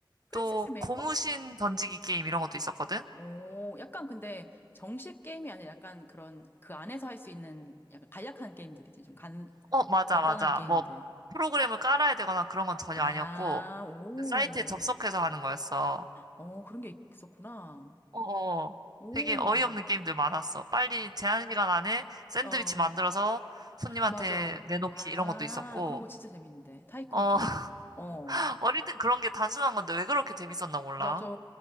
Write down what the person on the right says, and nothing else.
또
고무신 던지기 게임 이런 것도 있었거든?
어, 맞아,
맞아.
뭐, 프로그램을 깔아야 되거나 그런 건 전혀
아니었고,
그 사이트에 접속해서 하는 거였어.
어어.
되게 어이없는 게임들 많았어. 빨리 제한 시간 안에 샌드위치
만들어서 손님한테
내놓기
이런 것도 있었고,
어,
<laughs>
어릴 땐 그런 게 단순한 건데 왜 그렇게 재밌었나 몰라.